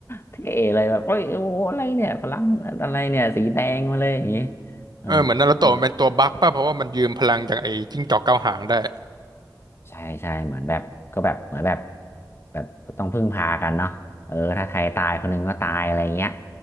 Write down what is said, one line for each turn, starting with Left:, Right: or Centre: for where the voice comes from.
Left: เท่เลยแบบโอ้ยโอ้โหอะไรเนี่ยพลังอะไรเนี่ยสีแดงมาเลยอย่างงี้เออ
Right: เออเหมือนนารูโตะมันเป็นตัวบั๊กป่ะเพราะว่ามันยืมพลังจากไอ้จิ้งจอกเก้าหางได้
Left: อืมใช่ใช่เหมือนแบบก็แบบเหมือนแบบแบบต้องพึ่งพากันเนาะเออถ้าใครตายคนหนึงก็ตายอะไรเงี้ย